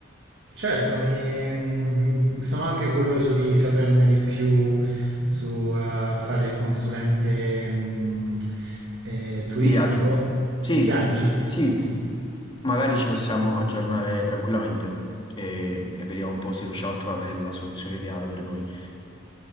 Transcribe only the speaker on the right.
Certo, mi, mm, sono anche curioso di saperne di più su eh, fare il consulente mm, eh, turistico
di viaggi.
Sì.